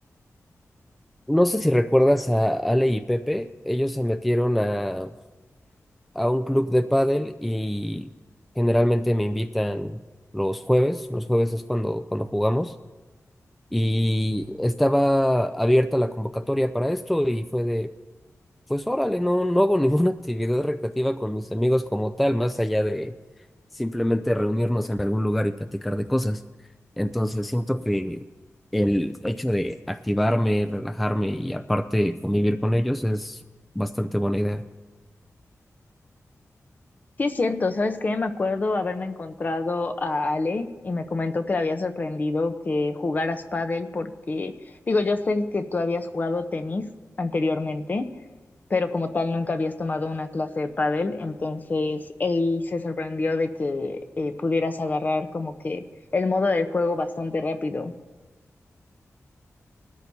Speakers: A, in the centre; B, on the left.
A: No sé si recuerdas a Ale y Pepe, ellos se metieron a a un club de pádel y generalmente me invitan los jueves. Los jueves es cuando, cuando jugamos. Y estaba abierta la convocatoria para esto y fue de, pues órale, no, no hago ninguna <laughs> actividad recreativa con mis amigos como tal, más allá de simplemente reunirnos en algún lugar y platicar de cosas. Entonces siento que el hecho de activarme, relajarme y aparte convivir con ellos es bastante buena idea.
B: Sí, es cierto, ¿sabes qué? Me acuerdo haberme encontrado a Ale y me comentó que le había sorprendido que jugaras pádel porque, digo, yo sé que tú habías jugado tenis anteriormente pero como tal nunca habías tomado una clase de pádel, entonces él se sorprendió de que eh, pudieras agarrar como que el modo de juego bastante rápido.